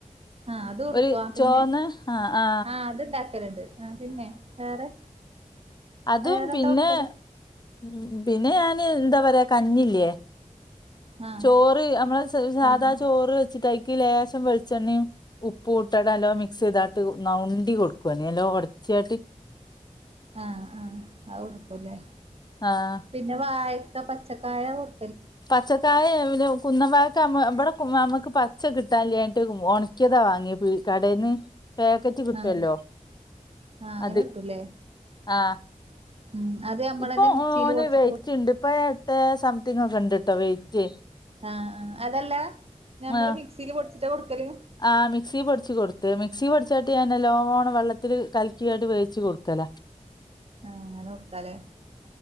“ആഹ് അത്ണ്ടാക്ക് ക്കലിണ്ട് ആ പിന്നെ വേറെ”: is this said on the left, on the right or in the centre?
Right